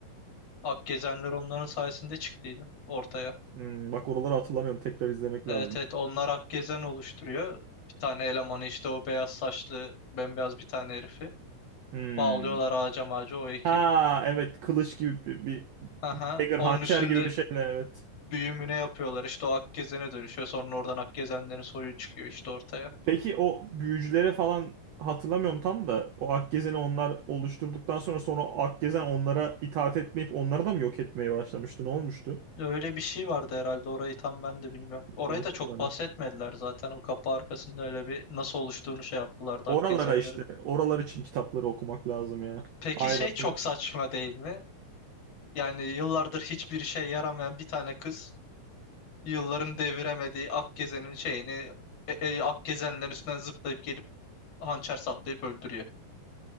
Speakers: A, on the left (about 50°); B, on the right (about 75°).
A: Ak gezenler onların sayesinde çıktıydı ortaya.
B: Hmm, bak oraları hatırlamıyorum tekrar izlemek
A: Evet
B: lazım.
A: evet onlar Akgezen oluşturuyor. Bir tane elemanı işte o beyaz saçlı bembeyaz bir tane herifi.
B: Hmm.
A: Bağlıyorlar ağaca mağaca o ekip.
B: Ha evet kılıç gibi bir, bir
A: Aha,
B: dagger
A: onun
B: hançer
A: üstünde
B: gibi bir şeyle evet.
A: büyümüne yapıyorlar işte o Akgezen'e dönüşüyor. Sonra oradan Akgezenlerin soyu çıkıyor işte ortaya.
B: Peki o büyücülere falan hatırlamıyorum tam da o Akgezen'i onlar oluşturduktan sonra sonra o Akgezen onlara itaat etmeyip onları da mı yok etmeye başlamıştı? Ne olmuştu?
A: Öyle bir şey vardı herhalde orayı tam ben de bilmiyorum. Orayı
B: Unuttum
A: da çok
B: ben.
A: bahsetmediler
B: de.
A: zaten o kapı arkasında öyle bir nasıl oluştuğunu şey yaptılardı
B: Oralara
A: Akgezenlerin.
B: işte oralar için kitapları okumak lazım ya.
A: Peki
B: Aynen.
A: şey çok saçma değil mi? Yani yıllardır hiçbir işe yaramayan bir tane kız Yılların deviremediği Akgezen'in şeyini e, e, Akgezenlerin üstünden zıplayıp gelip hançer saplayıp öldürüyor.